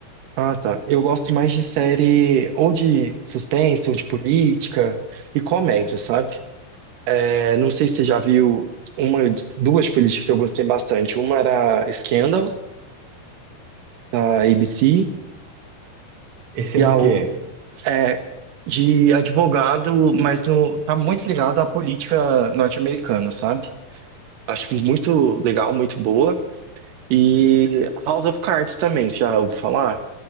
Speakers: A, on the right; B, on the right.
A: Ah, tá. Eu gosto mais de série ou de suspense, ou de política e comédia, sabe? É, não sei se você já viu uma, duas políticas que eu gostei bastante. Uma era Scandal, da ABC,
B: Esse
A: e
B: é do
A: a
B: quê?
A: é de advogado, mas no, tá muito ligado à política norte-americana, sabe? Acho muito legal, muito boa. E House of Cards também, você já ouviu falar?